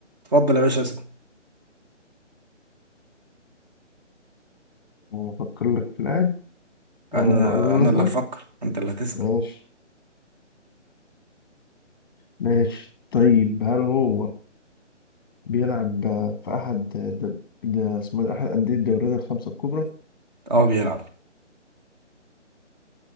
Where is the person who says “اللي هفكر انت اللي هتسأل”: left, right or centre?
Right